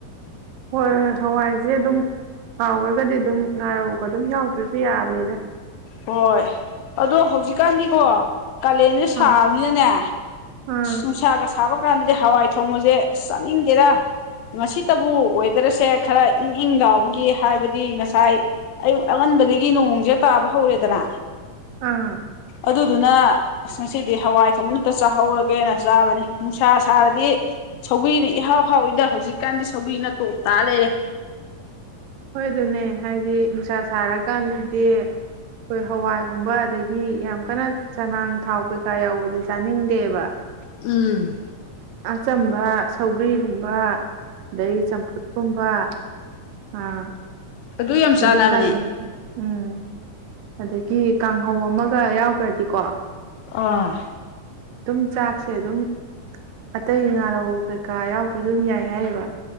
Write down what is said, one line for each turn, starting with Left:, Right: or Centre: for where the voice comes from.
Right: ꯍꯣꯏ ꯍꯣꯏ ꯍꯋꯥꯏꯁꯦ ꯑꯗꯨꯝ ꯍꯥꯎꯈ꯭ꯔꯒꯗꯤ ꯑꯗꯨꯝ ꯉꯥꯔꯧꯒ ꯑꯗꯨꯝ ꯌꯥꯎꯗ꯭ꯔꯁꯨ ꯌꯥꯕꯅꯤꯗ
Left: ꯍꯣꯏ ꯑꯗꯣ ꯍꯧꯖꯤꯛꯀꯥꯟ ꯀ ꯀꯥꯂꯦꯟꯁꯨꯦ ꯁꯥꯔꯅꯤꯅꯅꯦ
Right: ꯑꯥ ꯑꯥ
Left: ꯅꯨꯡꯁꯥꯒ ꯁꯥꯕ ꯀꯥꯟꯗꯗꯤ ꯍꯋꯥꯏ ꯊꯣꯡꯕꯁꯦ ꯆꯥꯅꯤꯡꯗꯦꯔ ꯉꯁꯤꯇꯕꯨ ꯋꯦꯗꯔꯁꯦ ꯈꯔ ꯏꯪ ꯏꯪ ꯂꯎꯕꯒꯤ ꯍꯥꯏꯕꯗꯤ ꯉꯁꯥꯏ ꯑꯌꯨꯛ ꯑꯉꯟꯕꯗꯒꯤ ꯅꯣꯡꯁꯦ ꯇꯥꯕ ꯍꯧꯔꯦꯗꯅ
Right: ꯑꯥ
Left: ꯑꯗꯨꯗꯨꯅ ꯑꯁ ꯉꯁꯤꯗꯤ ꯍꯋꯥꯏ ꯊꯣꯡꯕꯅꯇ ꯆꯥꯍꯧꯔꯒꯦꯅ ꯆꯥꯕꯅꯤ ꯅꯨꯡꯁꯥ ꯁꯥꯔꯗꯤ ꯁꯧꯒ꯭ꯔꯤꯅ ꯏꯍꯥꯎ ꯍꯥꯎꯋꯤꯗ ꯍꯧꯖꯤꯛꯀꯥꯟꯗꯤ ꯁꯧꯒ꯭ꯔꯤꯅ ꯇꯣꯞ ꯇꯥ ꯂꯩꯔꯦ
Right: ꯍꯣꯏ ꯑꯗꯨꯅꯦ ꯍꯥꯏꯗꯤ ꯅꯨꯡꯁꯥ ꯁꯥꯔꯀꯥꯟꯗꯗꯤ ꯑꯩꯈꯣꯏ ꯍꯋꯥꯏꯒꯨꯝꯕ ꯑꯗꯒꯤ ꯌꯥꯝ ꯀꯟꯅ ꯆꯅꯥꯥꯡ ꯊꯥꯎ ꯀꯩꯀꯥ ꯌꯥꯎꯕꯗꯤ ꯆꯥꯅꯤꯡꯗꯦꯕ
Left: ꯎꯝ
Right: ꯆꯝꯕ ꯁꯧꯒ꯭ꯔꯤꯒꯨꯝꯕ ꯑꯗꯩ ꯆꯝꯐꯨꯠꯀꯨꯝꯕ ꯑꯥ
Left: ꯑꯗꯨ ꯌꯥꯝ
Right: ꯁꯤꯖꯤ
Left: ꯆꯥꯟꯅꯕꯅꯦ
Right: ꯀꯂꯦꯅꯤ ꯎꯝ ꯑꯗꯒꯤ ꯀꯥꯡꯍꯧ ꯑꯃꯒ ꯌꯥꯎꯈ꯭ꯔꯗꯤꯀꯣ
Left: ꯑ
Right: ꯑꯗꯨꯝ ꯆꯥꯛꯁꯦ ꯑꯗꯨꯝ ꯑꯇꯩ ꯉꯥꯔꯧ ꯀꯩꯀꯥ ꯌꯥꯎꯗ꯭ꯔꯁꯨ ꯑꯗꯨꯝ ꯌꯥꯏ ꯍꯥꯏꯔꯤꯕ